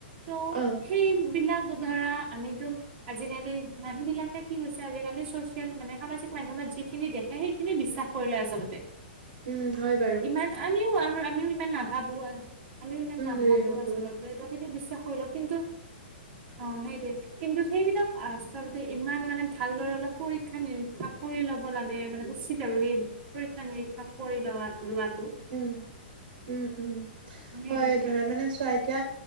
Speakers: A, on the right; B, on the right.
A: ত'
B: অ',
A: সেইবিলাক ধৰা আমিতো আজিকালি মানুহ বিলাকে কি হৈছে আজিকালি, চচিয়েল মানে সামাজিক মাধ্যমত যিখিনি দে সেইখিনি বিশ্বাস কৰি লয় আচলতে।
B: উম, হয় বাৰু
A: ইমান আমিও আমিও ইমান নাভাবো, আমিও ইমান নাভাবো
B: হেৰি নকৰো
A: আচলতে তে সেইটো বিশ্বাস কৰি লও, কিন্তু অ', সেইটোৱে কিন্তু সেইবিলাক আচলতে ইমান মানে ভালদৰে অলপ পৰীক্ষা নিৰীক্ষা কৰি ল'ব লাগে মানে উ উচিত আৰু সেই পৰীক্ষা নিৰীক্ষা কৰি লোৱা, লোৱটো।
B: উম, উম, উম,
A: সেইটোৱে
B: হয় ধৰা মানে চোৱা এতিয়া